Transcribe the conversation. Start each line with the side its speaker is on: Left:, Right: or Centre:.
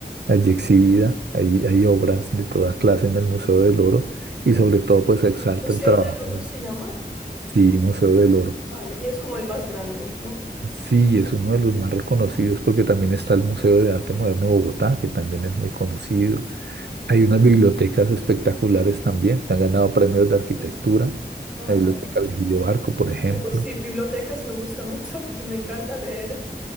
Right: Allí exhibida, hay, hay obras de toda clase en el Museo del Oro y sobre todo, pues, se exalta
Centre: Museo
Right: el trabajo,
Centre: del Oro se llama.
Right: sí, Museo del Oro
Centre: Vale, y es como el más grande, ¿no?
Right: Sí, es uno de los más reconocidos porque también está el Museo de Arte Moderno de Bogotá, que también es muy conocido.
Centre: Ujú.
Right: Hay unas bibliotecas espectaculares también que han ganado premios de arquitectura.
Centre: Ah,
Right: La
Centre: wow.
Right: Biblioteca Virgilio Barco, por ejemplo.
Centre: Ay, pues sí, bibliotecas me gusta <laughs> mucho porque me encanta leer.